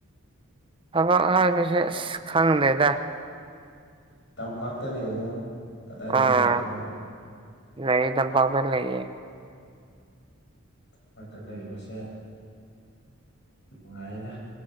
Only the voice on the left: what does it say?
ꯇꯝꯄꯥꯛꯇ ꯂꯩꯕꯣ ꯀꯗꯥꯏꯗꯗ
ꯂꯩꯕꯣ
ꯇꯥꯝꯄꯥꯛꯇ ꯂꯩꯕꯁꯦ ꯅꯨꯡꯉꯥꯏꯗ